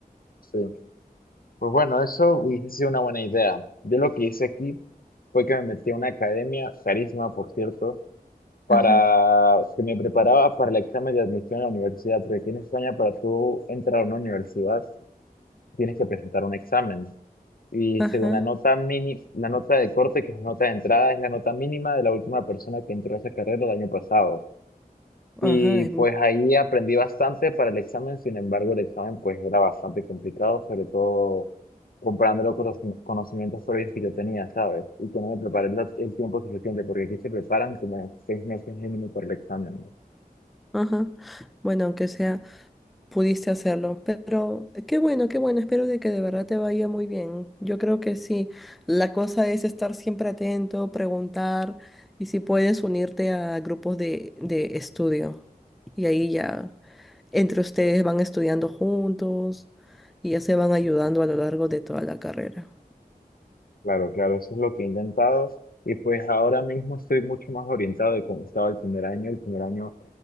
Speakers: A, on the left; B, in the centre.
A: Sí. Pues bueno, eso hubiese sido una buena idea. Yo lo que hice aquí fue que me metí a una academia, carísima por cierto, para
B: Ajá,
A: que me preparaba para el examen de admisión a la universidad, porque aquí en España para tú entrar a una universidad tienes que presentar un examen. Y
B: ajá,
A: según la nota mini, la nota de corte, que es la nota de entrada, es la nota mínima de la última persona que entró a esa carrera el año pasado. Y
B: ajá, em,
A: pues ahí aprendí bastante para el examen, sin embargo el examen pues era bastante complicado, sobre todo comparándolo con los cono- conocimientos previos que yo tenía, ¿sabes? Y que no me preparé la- el tiempo suficiente, porque aquí se preparan como seis meses mínimo para el examen.
B: ajá. Bueno, aunque sea. pudiste hacerlo. Pero eh, qué bueno, qué bueno. Espero de que de verdad te vaya muy bien. Yo creo que sí. La cosa es estar siempre atento, preguntar y si puedes unirte a grupos de, de estudio. Y ahí ya entre ustedes van estudiando juntos y ya se van ayudando a lo largo de toda la carrera.
A: Claro, claro, eso es lo que he intentado. Y pues ahora mismo estoy mucho más orientado de cómo estaba el primer año. El primer año,